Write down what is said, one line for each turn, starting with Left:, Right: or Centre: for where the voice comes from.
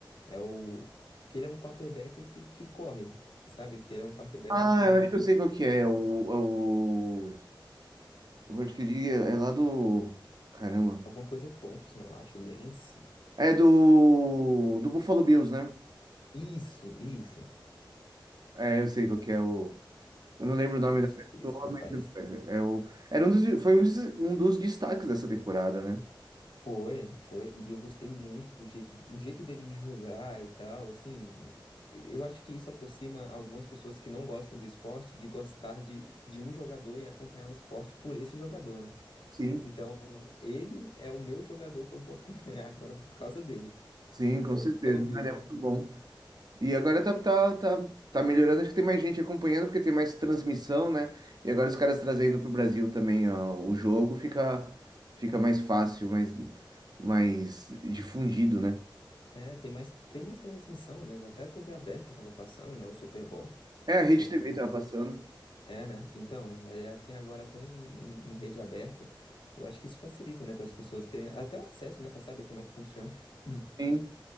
Left: é o que ele é um quarterback que, que corre, sabe? Que ele é um quarterback
Right: Ah,
Left: que
Right: eu acho que eu sei qual que é. O, é o, o Hurt Kid é é lá do. Caramba.
Left: alguma coisa Thompson, eu acho, Lance.
Right: É do. Do Buffalo Bills, né?
Left: Isso, isso.
Right: É, eu sei qual que é o. Eu não lembro o nome
Left: Eu gostei
Right: da pessoa,
Left: desse rapaz.
Right: mas é é o. Era um dos, foi um dos, um dos destaques dessa temporada, né?
Left: Foi, foi, e eu gostei muito do jeito, o jeito dele de jogar e tal, assim, eu acho que isso aproxima algumas pessoas que não gostam do esporte de gostar de, de um jogador e acompanhar o esporte por esse jogador, né?
Right: Sim,
Left: Então, ele é o meu jogador que eu vou <laughs> acompanhar agora por causa dele.
Right: sim, com
Left: É o
Right: certeza.
Left: Buffalo Bills,
Right: Ele é
Left: né?
Right: muito bom. E agora tá, tá, tá, tá melhorando, acho que tem mais gente acompanhando, porque tem mais transmissão, né? E agora os caras trazendo pro Brasil também, ó, o jogo fica, fica mais fácil, mais, mais difundido, né?
Left: É, tem mais, tem mais transmissão, né? Até a TV aberta tava passando, né? O Super Bowl.
Right: É, a Rede
Left: Então,
Right: TV tava passando.
Left: é, né? Então, é, tem agora até em, em rede aberta. Eu acho que isso facilita, né? Para as pessoas terem até o acesso, né? Para saber como é que funciona. <laughs>
Right: Sim,